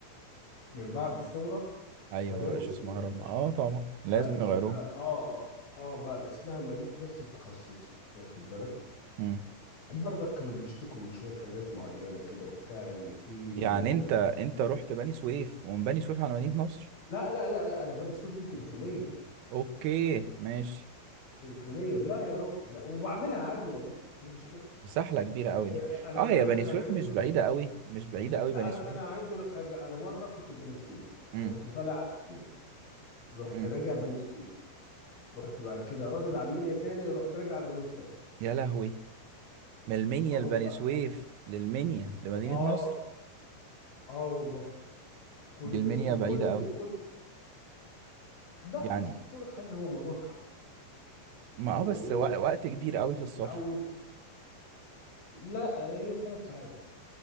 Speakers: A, on the left; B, on the right.
A: من بعد الثورة
B: ايوه
A: غيروا
B: ما بقاش
A: اسم
B: اسمها
A: المستشفى
B: رابعة اه طبعا لازم
A: بقى اسمها
B: يغيروها
A: اه اه اه بقى اسمها مدينة نصر التخصصي واخد بالك
B: امم
A: برضك كانوا بيشتكوا من شوية حاجات معينة كده وبتاع إن في
B: يعني
A: آه،
B: انت انت رحت بني سويف ومن بني سويف على مدينة نصر
A: لا لا لا لا أنا بني سويف دي تليفونيا
B: اوكي ماشي
A: تليفونيا لا يا راجل لا وبعملها عادي والله إيه المشكلة
B: سحلة كبيرة قوي
A: آه،
B: دي
A: أنا
B: اه
A: أنا
B: يا
A: عايز
B: بني
A: أنا
B: سويف
A: عايز
B: مش
A: أقول لك
B: بعيدة
A: حاجة
B: قوي مش بعيدة قوي
A: لا
B: بني
A: أنا
B: سويف
A: أنا عايز أقول لك حاجة أنا مرة كنت في بني سويف
B: امم
A: ورحت طالع على المنيا رحت
B: امم
A: راجع بني سويف رحت بعد كده رادد على المنيا تاني رحت راجع على مدينة نصر
B: يا لهوي من المنيا
A: اه والله
B: لبني سويف للمنيا لمدينة
A: اه
B: نصر
A: اه والله كل
B: دي المنيا
A: ده في وكل
B: بعيدة قوي
A: وكل بقى
B: يعني
A: أصل بص أقول لك حاجة هو موضوع تعود.
B: ما اه
A: هو
B: بس
A: إيه
B: وق- وقت كبير
A: انت
B: قوي في
A: بتتعود
B: السفر
A: لا هي ثلاث ساعات